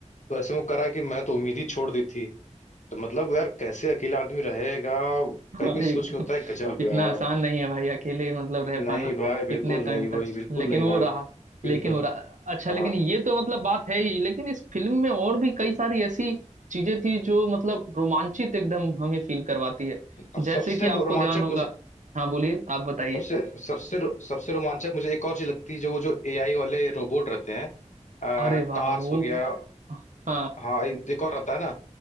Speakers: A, on the left; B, on the right.
A: तो ऐसे में करा है कि मैंने तो उम्मीद ही छोड़ दी थी तो मतलब यार कैसे अकेला आदमी रहेगा
B: हाँ,
A: कहीं कोई
B: एकदम
A: सोच के होता है गजब
B: इतना
A: यार
B: आसान नहीं है भाई अकेले मतलब रह
A: नहीं
B: पाना
A: भाई बिल्कुल
B: इतने टाइम
A: नहीं भाई
B: तक
A: बिल्कुल
B: लेकिन
A: नहीं
B: वो
A: भाई
B: रहा
A: बिल्कुल
B: लेकिन वो
A: नहीं।
B: रहा अच्छा लेकिन
A: हाँ,
B: ये तो मतलब बात है ही लेकिन इस फिल्म में और भी कई सारी ऐसी चीजें थी जो मतलब रोमांचित एकदम हमें फील करवाती है
A: और सबसे
B: जैसे कि आपको
A: रोमांचक
B: ध्यान होगा
A: मुझे
B: हाँ बोलिए आप बताइए
A: सबसे सबसे रो- सबसे रोमांचक मुझे एक और चीज लगती है जो वो जो एआई वाले रोबोट रहते हैं आ,
B: अरे वाह
A: टार्स
B: वो
A: हो गया
B: हाँ
A: हाँ एक एक और आता है ना